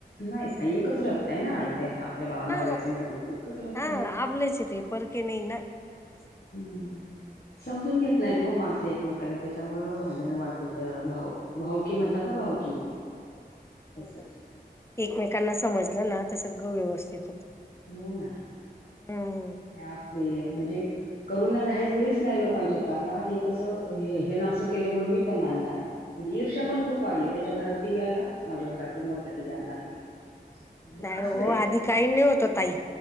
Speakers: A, on the left; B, on the left.
A: नाहीच ना एकच रक्त आहे ना ते आपल्या बा
B: हा
A: नवऱ्याच आणि त्याचं एकच रक्त
B: हा
A: आहे.
B: आपलेच आहे ते. परके नाही ना. असं
A: हम्म समजून घेत नाहीत व माणस एकमेकाला त्याच्यामूळ भांडणं वाढतेत. त भाऊ भाऊकी म्हणतात ना भाऊकी. तसच
B: हो ना, एकमेकांना समजलं ना त सगळं व्यवस्थित होतं
A: हो ना
B: हम्म
A: आपले म्हणजे करुना राहिलीच नाही लोकांच्यात आता हे कसं हे ना असं केलं म्हणून मी पण आणणार. म्हणजे इर्षा पण खूप वाढली, त्याच्या घरात टी वी आला माझ्या घरात पण मोठा टी वी आणणार मी. हे
B: नाही
A: असलंयच
B: हो आधी काही नाही होत ताई